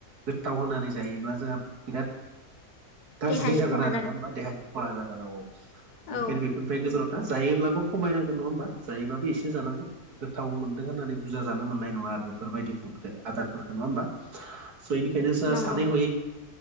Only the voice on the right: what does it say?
गोथाव होनानै जायोल्बा जोंहा बिराद गाज्रि
जागोन
देहानि खहा जागोन औ औ बेनिखायनो
बेफोरनिफ्राय गोजाव दा जायोब्लाबो खमायनांगोन नङा होमबा जायोबाबो एसे जानांगोन गोथाव मोनदों होननानै बुरजा जानो मोननाय नङा आरो बेफोरबायदि फुदखौ आदारफोरखौ नङा होमबा स' बेनिखायनो जोंहा
सानै हयै